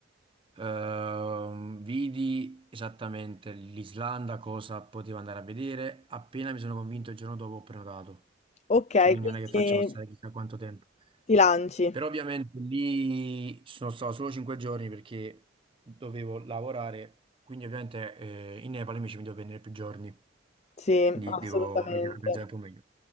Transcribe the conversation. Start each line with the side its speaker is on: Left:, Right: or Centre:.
Right: Ehm, vidi esattamente l'Islanda, cosa potevo andare a vedere, appena mi sono convinto il giorno dopo ho prenotato.
Left: Ok,
Right: Cioè, quindi
Left: quindi
Right: non è che faccio passare chissà quanto tempo.
Left: ti lanci.
Right: Però ovviamente lì sono stato solo cinque giorni perché dovevo lavorare, quindi ovviamente eh, in Nepal invece mi devo prendere più giorni
Left: Sì,
Right: quindi
Left: assolutamente.
Right: devo, mi devo organizzare un po' meglio.